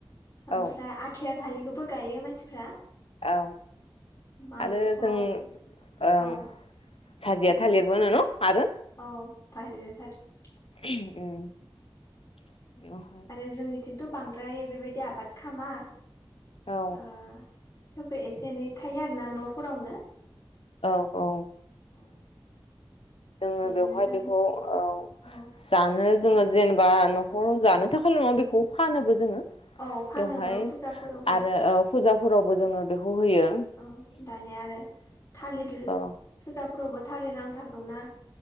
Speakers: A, on the left (about 40°); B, on the left (about 80°).
A: ओमफ्राय
B: औ
A: आथिया थालिखौबो गायो मानसिफ्रा
B: औ
A: मालभब
B: आरो जों ओं
A: औ
B: साजिया थालिरबो न आरो
A: औ भाजिआ थालिर
B: उम
A: माने जोंनिथिंथ' बांद्राय बेबायदि आबाद खालामा
B: औ
A: ओ थेवबो एसे एनै थायो आरो ना न'फोरावनो
B: औ औ
A: औ
B: जोङो
A: बिदिनो
B: बेवहाय
A: जों
B: बेखौ औ‌
A: औ
B: जानो जोङो जेनेबा न'खराव जानो थाखायल नङा बेखौ फानोबो जोङो
A: औ फानोबो
B: बेवहाय
A: फुजाफोरावबो
B: आरो औ फुजाफोरावबो जोङो बेखौ होयो
A: औ दानिया आरो थालिर
B: औ
A: फुजा फ्रावबो थालिर नांथारगौ ना